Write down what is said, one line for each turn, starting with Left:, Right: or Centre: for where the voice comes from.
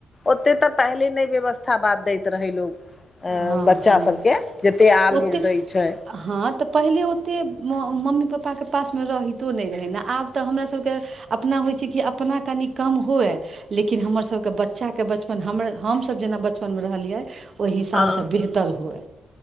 Left: ओते तऽ पहले न नहि व्यवस्था बाद दै छै। रहै लोक
Right: हँ
Left: बच्चा
Right: हँ
Left: सबके जतेक आब
Right: ओतेक
Left: लोक दै छै।
Right: हँ तऽ पहिले ओते मम्मी पपापाके पासमे रहितो नहि रहै ने आब तऽ हमराासभके अपना होइ छै कि अपना कनि कम हुए। लेकिन हमर सबके बच्चा के बचपन हमर हमसभ जेना बचपन मे रहलियै। ओहि हिसाबसँ
Left: हँ
Right: बेहतर हुए